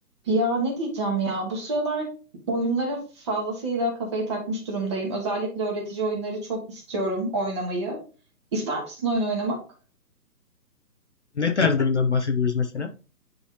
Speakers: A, on the right (about 15°); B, on the left (about 45°).
A: Ya ne diyeceğim ya bu sıralar oyunlara fazlasıyla kafayı takmış durumdayım. Özellikle öğretici oyunları çok istiyorum oynamayı. İster misin oyun oynamak?
B: Ne tarz bir oyundan bahsediyoruz mesela?